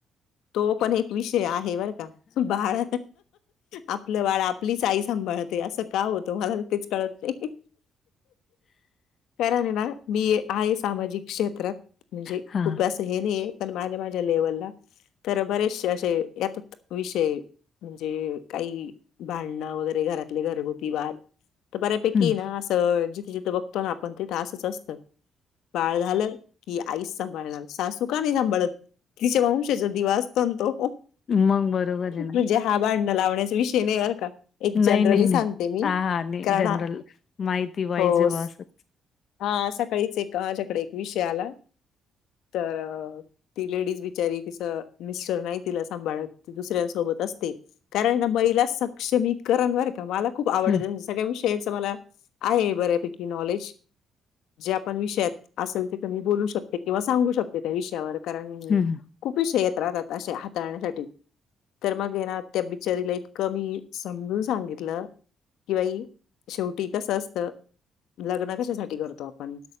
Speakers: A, on the left; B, on the left.
A: तो पण एक विषय आहे बर का बाळ आपलं बाळ आपलीच आई सांभाळ ते असं का होतं मला तर तेच कळत नाही. कारण हाय ना मी आहे सामाजिक क्षेत्रात म्हणजे
B: हां,
A: खूपच हे नाही पण माझ्या माझ्या लेवलला तर बरेचसे असे यातात विषय म्हणजे काही भांडणं वगैरे घरातले घरगुती वाद तर बऱ्यापैकी
B: हं.
A: ना असं जिथ जिथं बघतो ना आपण तिथं असंच असतं. बाळ झालं की आईच सांभाळणार, सासू का नाही सांभाळत तिचे वंशजत दिवा असतो ना तो
B: मग बरोबर आहे ना.
A: म्हणजे हा भांडण लावण्याचा विषय नाही बर का? एक जनरली
B: नाही नाही नाही
A: सांगते मी.
B: हा हा नाही
A: कारण
B: जनरल
A: हा
B: माहिती पाहिजे
A: हो. स
B: बा असं.
A: हा सकाळीच एक माझ्याकडे एक विषय आला. तर ती लेडीज बिचारी तिच मिस्टर नाही तिला सांभाळत ती दुसऱ्यांसोबत असते कारण ना महिला सक्षमीकरण बर का मला खूप आवडत
B: हं,
A: सगळ्या विषयाच मला आहे बऱ्यापैकी नॉलेज. जे आपण विषयात असेल तीथ मी बोलू शकते किंवा सांगू शकते त्या विषयावर. कारण
B: हं. हं.
A: खूप विषय येत राहतात असे हाताळण्यासाठी. तर मग हे ना त्या बिचारीला इतकं मी समजून सांगितलं कि बाई शेवटी कस असत लग्न कशासाठी करतो आपण?